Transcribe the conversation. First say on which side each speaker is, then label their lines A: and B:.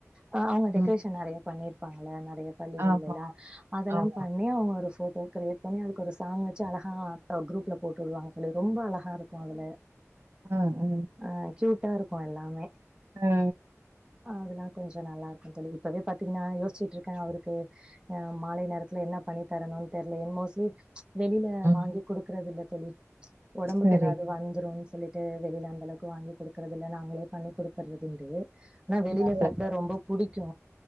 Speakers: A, on the right (about 20°); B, on the right (about 50°).
A: ஆ அவங்க டெக்கரேஷன்
B: ம்.
A: நெறைய பண்ணிருப்பாங்கல்ல நெ றைய பள்ளிகள்ல
B: ஆமா,
A: எல்லா அதெல்லா
B: ஆமா.
A: பண்ணி அவங்க ஒரு ஃபோட் டோ கிரியேட் பண்ணி அதுக்கு ஒரு சாங் வச்சு அழகா ஆ குரூப்ல போட்டு விடுவாங்க தோழி ரொம்ப அழகா இருக்கு அதுல
B: அ, அ,
A: ஆ கியூட்டா இருக்கு எல்லாமே
B: அ.
A: அதெல்லா கொஞ்ச நல்லா இரு ஆ தோழி இப்பவே பாத் தீங்னா யோசிச்சிட்ரு க்கே அவருக்கு ஆ மாலை நேரத்தில என்ன பண்ணி தரணுன் தெர்ல ஏன் மோஸ்ட்லி வெளில
B: ம்.
A: வாங்கி குடுக்குறது இல்ல தோழி ஒடம்புக்கு
B: சரி.
A: ஏதாது வந்துருன்னு சொல்லி ட்டு வெளில அந்தளவுக்கு வாங்கி குடுக்குறதி இல்ல நாங்களே பண்ணி குடுத்தர்றது உண்டு ஆனா வெளில
B: நல்ல
A: சாப்ட
B: பழக்கம்.
A: ரொம்ப புடிக்கு